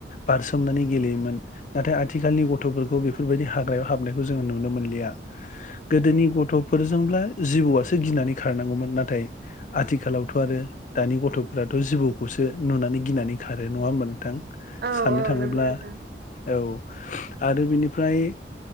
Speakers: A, on the left; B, on the right.
A: बारसोमनानै गेलेयोमोन। नाथाय आथिखालनि गथ'फोरखौ बेफोरबायदि हाग्रायाव हाबनायखौ जोङो नुनो मोनलिया। गोदोनि गथ'फोरजोंब्ला जिबौआसो गिनानै खारनांगौमोन नाथाय। आथिखालावथ' आरो दानि गथ'फोराथ' जिबौखौसो नुनानै गिनानै खारो नङा होमबा नोंथां।
B: औ-औ
A: साननो थाङोब्ला
B: नोंगौ नोंथां।
A: औ आरो बिनिफ्राय